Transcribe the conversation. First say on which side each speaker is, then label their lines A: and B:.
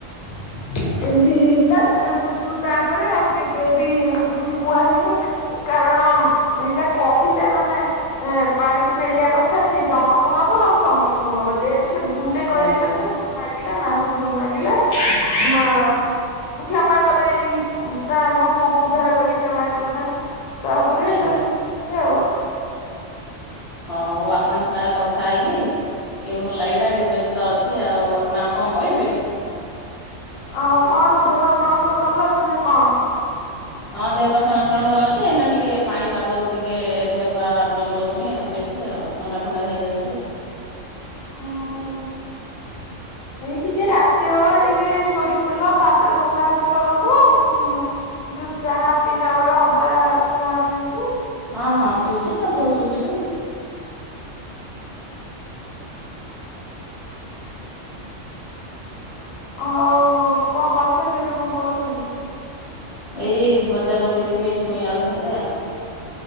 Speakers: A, on the left (about 80°); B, on the left (about 55°).
A: ହ <unintelligible> ଏମତି ହେଇଥିଲା ତା ପୂର୍ବରୁ ତାପରେ ଆଉ କେବେ ବି ଏମିତି କିଛି କୁହାହୋଉନି କାରଣ ଅମ୍ ଏଇଟା କହିଲେ ମାନେ ପାଣିକି ପେଲିବା କଥା ସିଏ ଜଣକୁ ନବ ନହେଲେ ସମ ସମସ୍ତଙ୍କୁ ନବ ଯେହେତୁ ସେ ଭୁଲରେ
B: ଆଜ୍ଞା
A: କହିଦେଇଚନ୍ତି
B: ଆଜ୍ଞା
A: ଭୁଲ ମାଗିଲେ ମାଆଙ୍କୁ ଭୁଲ ମାଗିଲେ ମା ଆଉ କ୍ଷମା କଲେ ଏଇ ଉଁ-ତାଙ୍କ ପୁଅକୁ ଉଦ୍ଧାର କରି କ୍ଷମାକଲେ ତାଙ୍କୁ ତାପରେ
B: ଆଜ୍ଞା
A: ସେ ଆଉ ହ <unintelligible>
B: ହୋଉ ଆପଣଙ୍କ ସାଙ୍ଗରେ କଥାହେଇକି ଟିକେ ଭଲ ଲାଗିଲା ଟିକେ ବ୍ୟସ୍ତ ଅଛି ଆଉ ଆପଣ ଆଉ କଣ କହିବେ?
A: ଆଉ କଣ ଦେହ ପାଆ ସବୁ ଭଲଅଛି ନା କଣ?
B: ହଁ ଦେହପା ସମସ୍ତଙ୍କର ଭଲଅଛି ଏଇନା ଟିକେ ପାଣି ପାଗରୁ ଟିକେ ଦେହପା ଭଲ ରହୁନି ଆ ବେଶୀ ଆଉ ଥଣ୍ଡା ଫଣ୍ଡା ହେଇଯାଉଚି।
A: ହଁ ଆଉ ଏଇ ଟିକେ ରାତି ବେଳେ ଟିକେ ସୋରିଷ ତେଲ ପାଦରେ ଘସାଘସି କରନ୍ତୁ କୁଁ ଯୋଉ ଚାହା ପିଇଲା ବେଳ ଅଦା ଚାହା ପିଅନ୍ତୁ।
B: ହଁ-ହଁ ପିଉଛି ତାକୁ ଘସୁଛିବି।
A: ଆଉ କଣ କରୁଛନ୍ତି ଏବେ କଣ କରୁଛନ୍ତି?
B: ଏଇ ଭଜା ବସେଇଥିଲି ଛୁଇଁ ଆଳୁ ଭଜା।